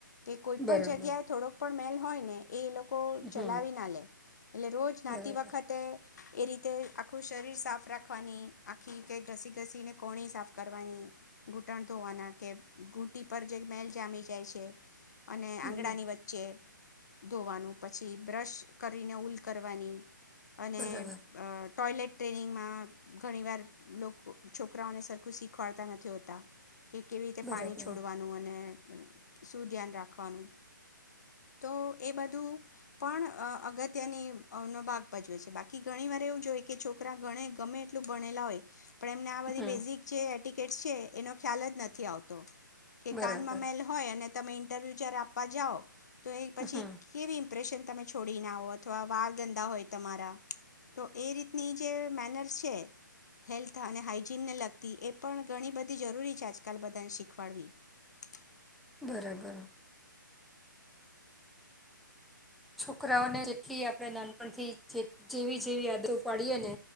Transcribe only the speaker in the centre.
બરાબર
હમ
બરાબર
હમ,
બરાબર
બરાબર
હમ
બરાબર
હમ
બરાબર. છોકરાઓને જેટલી આપડણે નાનપણથી જેવી જેવી આદતો પાડીએ ને,